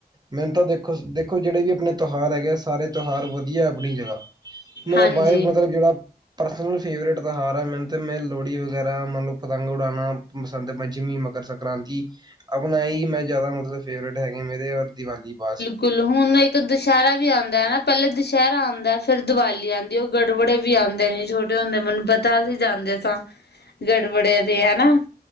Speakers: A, on the right (about 25°); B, on the left (about 85°).
A: ਮੈਨੂੰ ਤਾਂ ਦੇਖੋ, ਦੇਖੋ ਜੇੜੇ ਵੀ ਅਪਣੇ ਤੋਹਾਰ ਹੈਗੇ ਆ ਸ ਸਾਰੇ ਤਿਉਹਾਰ ਵਧੀਆ ਆਪਣੀ ਜਗ੍ਹਾ, ਮੇਰਾ
B: ਹਾਂਜੀ
A: ਬਾਈ ਮਤਲਬ ਜੇੜਾ ਪਰਸਨ ਫੇਵਰਟ ਤੌਹਾਰ ਐ, ਮੈਨੂੰ ਤੇ ਮੈਂ ਲੋੜੀ ਵਗੈਰਾ ਮਨਲੋ, ਪਤੰਗ ਉੜਾਨਾ, ਬਸੰਤ ਪੰਚਮੀ, ਮਕਰ ਸੰਕ੍ਰਾਂਤੀ ਖ, ਅਪਨਾ ਐ, ਮੈਂ ਜ਼ਿਆਦਾ ਮਤਲਬ ਫੇਵਰਟ ਹੈਗੇ, ਮੇਰੇ ਔਰ ਦੀਵਾਲੀ ਬਸ,
B: ਫਿਲ ਹੁਣ ਇੱਕ ਦਿਸ਼ੈਰਾ ਵੀ ਆਦਾ ਹੈ, ਪੈਲੇ ਦਿਸ਼ੈਰਾ ਆਦਾ, ਫਿਰ ਦੀਵਾਲੀ ਆਂਦੀ ਔ ਗ ਗੜਵੜੇ ਵੀ ਆਂਦੇ, ਨੇ ਛੋਟੇ ਹੋਂਦੇ ਮੈਨੂੰ ਪਤਾ ਸੀ ਜਾਂਦੇ ਤਾਂ ਗੜਵੜੇ ਤੇ ਹੈਨਾ।